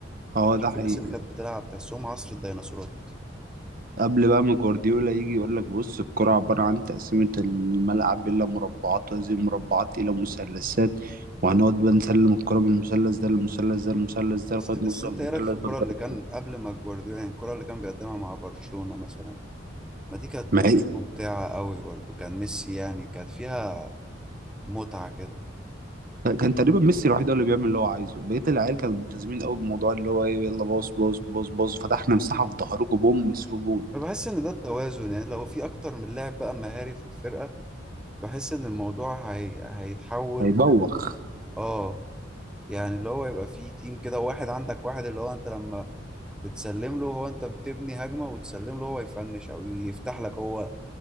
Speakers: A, on the right (about 50°); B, in the centre.
A: اه
B: تشوف
A: ده حقيقي
B: الناس اللي كانت بتلعب تحسهم عصر الديناصورات
A: قبل بقى ما جوارديولا يجي يقول لك بص الكرة عبارة عن تقسيمة الملعب إلى مربعات وهذه المربعات إلى مثلثات وهنقعد بقى نسلم الكرة من المثلث ده للمثلث ده للمثلث ده لغاية
B: بس بس
A: ما نوصل
B: انت
A: للمثلث
B: ايه رايك في الكرة
A: ده قدام.
B: اللي كان قبل ما جوارديولا يعني الكرة اللي كان بيقدمها مع برشلونة مثلا ما دي كانت
A: ما هي
B: ممتعة قوي برضو كان ميسي يعني كانت فيها متعة كده
A: كان تقريبا ميسي الوحيد هو اللي بيعمل اللي هو عايزه بقية العيال كانوا ملتزمين قوي بموضوع اللي هو ايه يلا باص باص باص باص فتحنا مساحة في ظهركم بوم مسروا جون
B: فبحس ان ده التوازن يعني لو في اكتر من لاعب بقى مهاري في الفرقة بحس ان الموضوع هي... هيتحول
A: هيبوخ
B: اه يعني اللي هو يبقى فيه تيم كده واحد عندك واحد اللي هو انت لما بتسلم له هو انت بتبني هجمة وتسلم له هو يفنش او يفتح لك هو